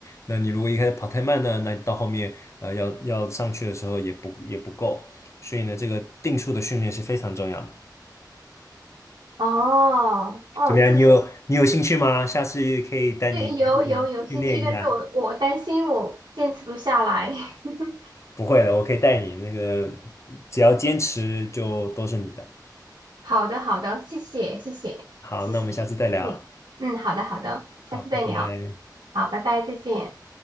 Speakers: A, on the left; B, on the right.
A: 那你如果一开始跑太慢呢，那你到后面呃要要上去的时候也不也不够。所以呢，这个定速的训练是非常重要的。
B: 哦哦，
A: 怎么样？
B: 这
A: 你有你有兴趣吗？下次可以带你一起训练一下。
B: 这有有有兴趣，但是我我担心我坚持不下来。<laughs>
A: 不会的，我可以带你。那个只要坚持，就都是你的。
B: 好的好的，谢谢谢谢谢谢，
A: 好，那我们下次再聊。
B: 对，嗯，好的好的，
A: 好，
B: 下次再聊，
A: 拜拜。
B: 好，拜拜，再见。